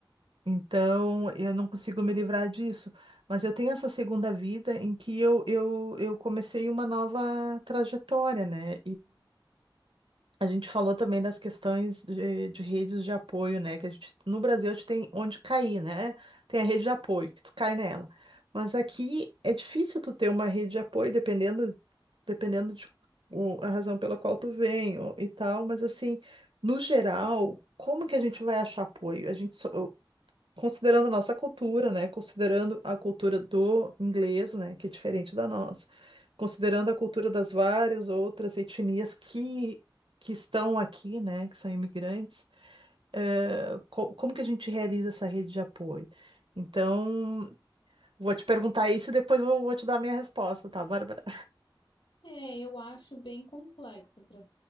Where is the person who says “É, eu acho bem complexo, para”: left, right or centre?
Left